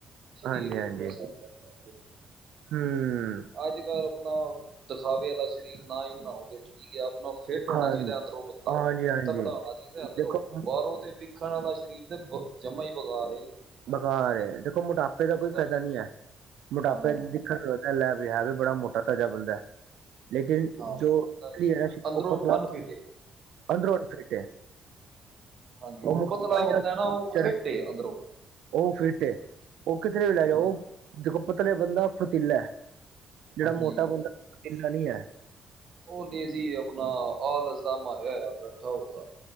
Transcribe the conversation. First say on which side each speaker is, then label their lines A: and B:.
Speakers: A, on the right; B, on the right.
A: ਸਰੀਰ
B: ਹਾਂਜੀ
A: ਵੀ
B: ਹਾਂਜੀ
A: ਪੂਰਾ ਸੀ ਰਹਿੰਦਾ
B: ਹਮ
A: ਅੱਜ ਕੱਲ ਆਪਣਾ। ਖਾਵੇ ਵਾਲਾ ਸਰੀਰ ਨਾ ਹੀ ਬਣਾਓ ਤੇ ਠੀਕ ਆ ਆਪ। ਆਪ ਫਿੱਟ ਹੋਣਾ
B: ਹਾਂ
A: ਚਾਹੀਦਾ ਅੰਦਰੋਂ ਬੰਦਾ
B: ਹਾਂਜੀ ਹਾਂਜੀ
A: ਤਕੜਾ ਹੋਣਾ ਚਾਹੀਦਾ ਅੰਦਰੋਂ
B: ਦੇਖੋ
A: ਬਾਹਰੋਂ ਤੇ ਵੇਖਣ ਵਾਲਾ ਸਰੀਰ। ਜੰਮਈ ਬਗਾਰੇ।
B: ਬੇਕਾਰ ਦੇਖੋ ਮੋਟਾਪੇ ਦਾ
A: ਪਤਾ
B: ਕੋਈ ਫਾਇਦਾ
A: ਨੀ
B: ਨਹੀਂ ਹੈ ਮੋਟਾਪੇ
A: ਹਾਂਜੀ
B: ਦੇਖਣ ਤਾਂ ਲੈਬ। ਹੈ ਵੀ ਬੜਾ ਮੋਟਾ ਤਾਜਾ ਬੰਦਾ। ਲੇਕਿਨ
A: ਹਾਂਜੀ
B: ਜੋਸ਼
A: ਨਹੀਂ ਉਹ ਅੰਦਰੋਂ
B: ਪਤਲਾ
A: ਅਨਫਿਟ ਏ
B: ਅੰਦਰੋ ਫਿਟ ਹੈ।
A: ਹਾਂਜੀ
B: ਉਹ
A: ਹੁਣ
B: ਮੋਟਾਪਾ
A: ਪਤਲਾ ਬੰਦਾ
B: ਨਹੀਂ
A: ਨਾ ਉਹ
B: ਚਰ
A: ਫਿਟੇ ਅੰਦਰੋਂ
B: ਉਹ ਫਿਟ ਉਹ ਕਿਥੇ ਵੀ ਲੈ ਜਾ ਉਹ
A: ਹਾਂਜੀ
B: ਦੇਖੋ ਪਤਲੇ ਬੰਦਾ ਫਤੀਲਾ। ਜਿਹੜਾ
A: ਹਾਂਜੀ
B: ਮੋਟਾ
A: ਯਾਰ,
B: ਬੰਦਾ ਫੁਰਤੀਲਾ ਨਹੀਂ ਹੈ।
A: ਉਹ ਨਹੀਂ ਸੀ ਆਪਣਾ ਆਲਸ ਦਾ ਮਾਰਿਆ ਹੋਇਆ ਬੈਠਾ ਹੋਊਗਾ।